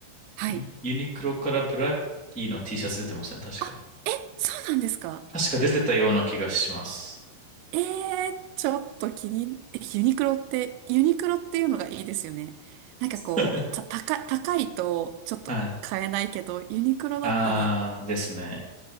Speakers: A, on the right; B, in the centre.
A: はい。
B: ユユニクロからブラッキーの T シャツ出てません、確か。
A: あ、え、そうなんですか。
B: 確か出てたような気がします。
A: ええーちょっと気に、えユニクロって、ユニクロっていうのがいいですよね。なんかこう、
B: <laughs>
A: た、高、高いとちょっと買えないけど、
B: はい。
A: ユニクロだったら
B: あーですね。